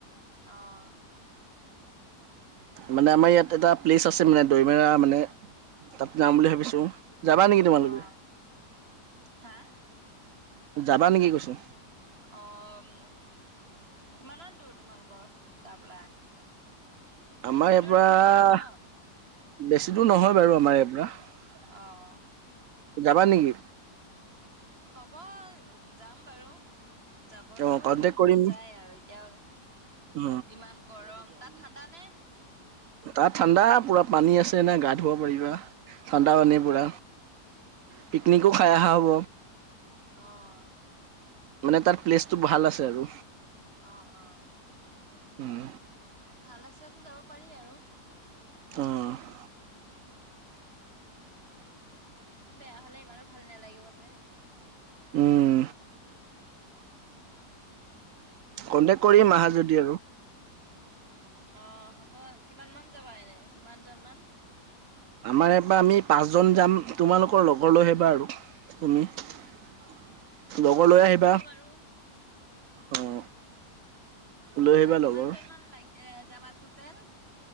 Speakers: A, on the right; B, on the right.
A: অ'।
B: মানে, আমাৰ ইয়াত এটা প্লেচ আছে মানে দৈমেৰা মানে তাত যাম বুলি ভাবিছো। যাবা নেকি তোমালোকে
A: অ হা
B: যাবা নেকি কৈছো।
A: অ' কিমান মান দূৰ তোমালোকৰ তাৰ পৰা? বেছি
B: আমাৰ ইয়াৰ
A: দূৰ
B: পৰা
A: নহয় চাগে ন
B: বেছি দূৰ নহয় বাৰু আমাৰ ইয়াৰ পৰা।
A: অ'।
B: যাবা নেকি?
A: হ'ব যাম বাৰু। যাবতো
B: অ', কন্টেক্ট
A: মন
B: কৰিম,
A: যায় আৰু। এতিয়া
B: অ'।
A: ইমান গৰম তাত ঠাণ্ডা নে?
B: তাত ঠাণ্ডা পুৰা পানী আছে নে গা ধুুৱ পাৰিবা ঠাণ্ডা
A: অ',
B: পানী পোৰা। পিকনিকো খাই অহা হ'ব।
A: অ'।
B: মানে তাত প্লেচটো ভাল আছে আৰু।
A: অ', অ'।
B: উম।
A: ভাল আছে যদি যাব পাৰি আৰু।
B: অ'।
A: বেয়া হলে ইমানো ভাল নালাগিব যে।
B: উম। কণ্টেক্ট কৰিম আহা যদি আৰু।
A: অ' হ'ব কিমান মান যাবা এনে কিমানজন মান?
B: আমাৰ ইয়াৰপৰা আমি পাঁচজন যাম। তোমালোকৰ লগৰ লৈ আহিবা আৰু তুমি। <inaudible>
A: অ'
B: লৈ আহিবা
A: হ'ব বাৰু।
B: অ'। লৈ আহিবা
A: অ', কিমানজন
B: লগৰ
A: মান লাগি এ যাবা তোতেল?